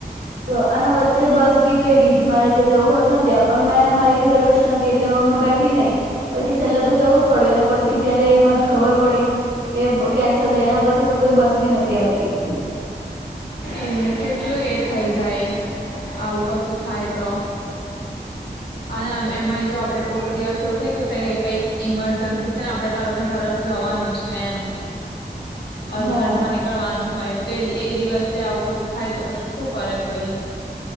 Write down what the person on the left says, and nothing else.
હા
એને કેટલું એ થઈ જઈ આવું કશું થાય તો અને એમાંય જો આપડે કોઈક દિવસ એવું થાયય ક કઈક ઈમરજન્સી છે ને આપણે તરત ને તરત જવાનું છે એમ અર્જન્ટમાં
નીકળવાનું હોય તો એ દિવસે આવું કશું થાય તો પછી શું કરે કોઈ